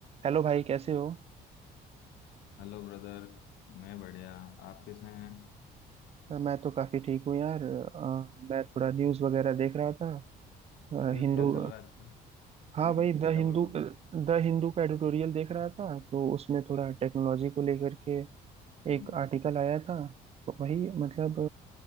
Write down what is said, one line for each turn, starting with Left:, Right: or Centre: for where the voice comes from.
Right: हेलो भाई कैसे हो
Left: Hello brother मैं बढ़िया आप कैसे हैं
Right: अ, मैं तो काफी ठीक हूँ यार अ, मैं थोड़ा न्यूज़ वगैरह देख रहा था अ,
Left: फिर
Right: हिंदू
Left: क्या चल रहा है आजकल
Right: हाँ
Left: हम्म
Right: भाई द
Left: क्या
Right: हिंदू
Left: बोल रहे हो
Right: द हिंदू का एडिटोरियल देख रहा था तो उसमें थोड़ा टेक्नोलॉजी को लेकर के
Left: हम्म
Right: एक आर्टिकल आया था तो वही मतलब